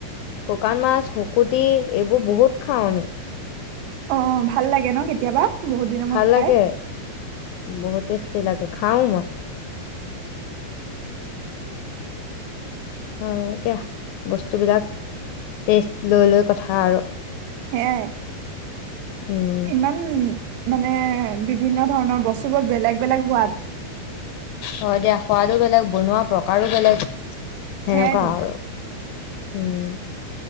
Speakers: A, on the left (about 80°); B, on the right (about 85°).
A: শুকান মাছ শুকুতি এইবোৰ বহুত খাওঁ আমি।
B: অঁ, ভাল লাগে ন কেতিয়াবা। বহুত দিনৰ
A: ভাল
B: মূৰত খাই
A: লাগে, বহুত টেষ্টি লাগে খাও মই। অঁ, এতিয়া বস্তু বিলাক টেষ্ট লৈ লৈ কথা আৰু।
B: সেইয়াই।
A: উম।
B: ইমান মানে বিভিন্ন ধৰণৰ বস্তু বোৰ বেলেগ বেলেগ সোৱাদ।
A: হয় দিয়া সোৱাদো বেলেগ বনোৱা প্ৰকাৰো বেলেগ সেনেকুৱা
B: সেয়াইতো
A: আৰু। উম।